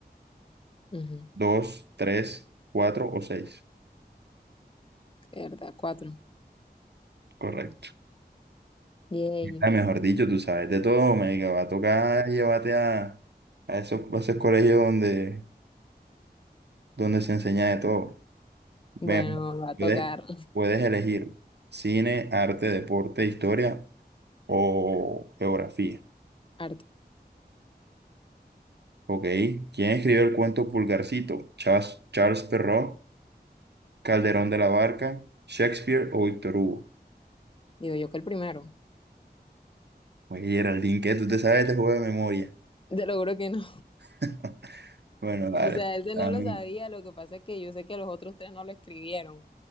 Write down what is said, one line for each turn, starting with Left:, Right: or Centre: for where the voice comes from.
Left: ujú.
Right: ¿Dos, tres, cuatro o seis?
Left: ¿Verdad? Cuatro.
Right: Correcto.
Left: Yay.
Right: Ah, mejor dicho, tú sabes de todo, me va a tocar llevarte a, a esos, a esos colegios donde, donde se enseña de todo. Ven,
Left: Bueno, va a
Right: puedes,
Left: tocar
Right: puedes elegir cine, arte, deporte, historia o geografía.
Left: arte.
Right: Ok. ¿Quién escribió el cuento Pulgarcito? Charles, Charles Perrault, Calderón de la Barca, Shakespeare o Víctor Hugo.
Left: Digo yo que el primero.
Right: Oye, Geraldine, ¿qué? ¿Tú te sabes este juego de memoria?
Left: Te lo juro que no.
Right: <laughs> Bueno, dale.
Left: O sea, ese
Right: dame-
Left: no lo sabía. Lo que pasa es que yo sé que los otros tres no lo escribieron.